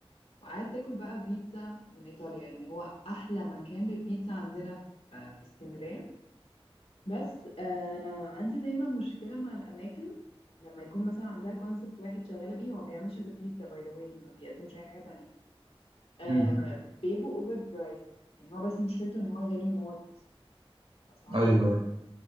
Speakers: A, on the left; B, on the right.
A: وقعدت اكل بقى بيتزا من ايطاليا يعني هو احلى مكان للبيتزا عندنا في في اسكندريه بس آه، انا عندي دايما مشكله مع الاماكن لما يكون مثلا عندها كونسبت واحد شغاله بيه هو ما بيعملش غير بيتزا باي ذا واي ما بيقدمش اي حاجه تانية آه
B: مم.
A: بيبقوا اوفر برايس يعني هو بس مشكلته ان هو غالي موت اسعاره
B: ايوه أيوة،